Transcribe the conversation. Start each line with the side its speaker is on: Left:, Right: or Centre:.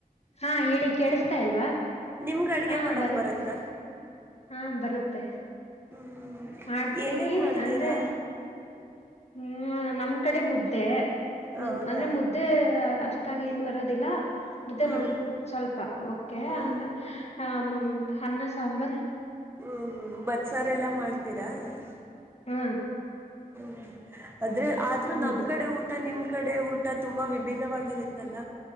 Left: ಹಾ ಹೇಳಿ ಕೇಳಸ್ತಾ ಇಲ್ವಾ.
Right: ನಿಮ್ಗಡ್ಗೆ
Left: ಹಾ
Right: ಮಾಡಕ್
Left: ಬರುತ್
Right: ಬರತ್ತಾ.
Left: ಹಾ ಬರುತ್ತೆ
Right: ಹ್ಮ್
Left: ಮಾಡ್ತೀನಿ
Right: ಏನೇನ್ ಮಾಡ್ತೀರಾ
Left: ಅಂದ್ರೆ ಹ್ಮ್ ನಮ್ಕಡೆ ಮುದ್ದೆ.
Right: ಹಾ
Left: ಮುದ್ ಅಂದ್ರೆ
Right: ಹಾ
Left: ಮುದ್ದೆ ಅಷ್ಟಾಗಿ ಏನ್ ಬರ್ ರೋದಿಲ್ಲ ಮುದ್ದೆ
Right: ಹ್ಮ್
Left: ಬರುತ್ ಸ್ವಲ್ಪ ಒಕೆ
Right: ಹ್ಮ್
Left: ಅಂದ್ರೆ ಹಮ್ ಅನ್ನ ಸಾಂಬಾರ್.
Right: ಹ್ಮ್ ಬತ್ಸಾರ್ ಎಲ್ಲಾ ಮಾಡ್ತೀರಾ‌. ‌‌‍‌‌
Left: ಹ್ಮ
Right: ಹ್ಮ್ ಆದ್ರೆ ಆದ್ರೂ
Left: ಹೌದು
Right: ನಮ್ ಕಡೆ ಊಟ ನಿಮ್ ಕಡೆ ಊಟ ತುಂಬಾ ವಿ ಭಿನ್ನವಾಗಿರುತ್ತಲ್ಲ.